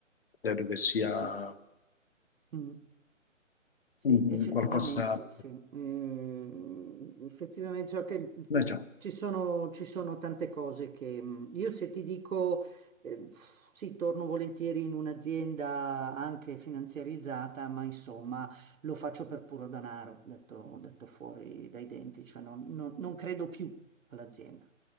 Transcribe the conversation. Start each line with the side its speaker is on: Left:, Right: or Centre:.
Left: Credo che sia
Right: Sì, sì. Mm. Sì,
Left: un-
Right: effettivamente,
Left: un qualcosa,
Right: sì. Mm, effettivamente, cioè che, mm,
Left: beh, già,
Right: ci sono, ci sono tante cose che... mm, Io se ti dico, eh, sì, torno volentieri in un'azienda anche finanziarizzata, ma insomma lo faccio per puro danaro, detto, detto fuori dai denti, cioè non non- non credo più all'azienda